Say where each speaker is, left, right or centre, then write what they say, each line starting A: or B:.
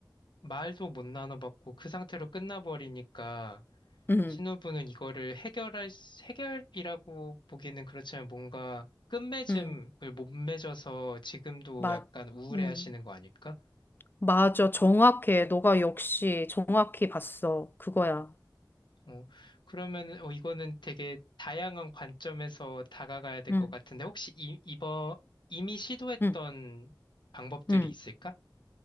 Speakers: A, on the left; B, on the left.
A: 말도 못 나눠봤고 그 상태로 끝나버리니까
B: 음,
A: 신호부는 이거를 해결할, 수- 해결이라고 보기는 그렇지만 뭔가 끝맺음을
B: 음,
A: 못 맺어서 지금도
B: 맞,
A: 약간 우울해
B: 음,
A: 하시는 거 아닐까?
B: 맞아. 정확해. 너가 역시 정확히 봤어. 그거야.
A: 어, 그러면, 어, 이거는 되게 다양한 관점에서 다가가야 될
B: 음,
A: 것 같은데, 혹시 이, 이번, 이미 시도했던
B: 음,
A: 방법들이
B: 음.
A: 있을까?